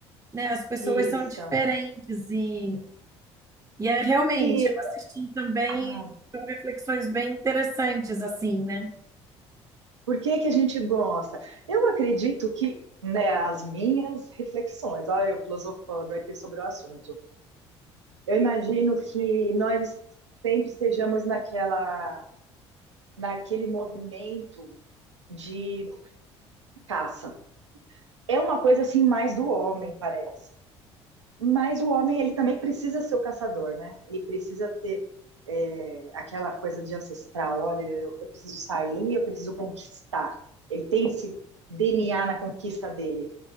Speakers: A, on the right; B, on the right.
A: né? As pessoas
B: isso.
A: são diferentes e e é realmente,
B: E
A: eu assisti também,
B: ai,
A: são reflexões bem interessantes, assim, né?
B: por que que a gente gosta? Eu acredito que, né, as minhas reflexões, olha, eu filosofando aqui sobre o assunto. Eu imagino que nós sempre estejamos naquela, naquele movimento de caça. É uma coisa assim mais do homem, parece Mas o homem, ele também precisa ser o caçador, né? Ele precisa ter é, aquela coisa de ancestral, olha, eu, eu preciso sair, eu preciso conquistar. Ele tem esse DNA na conquista dele.